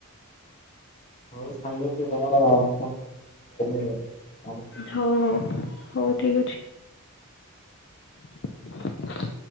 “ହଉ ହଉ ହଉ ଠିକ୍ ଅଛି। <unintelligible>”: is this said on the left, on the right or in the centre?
Left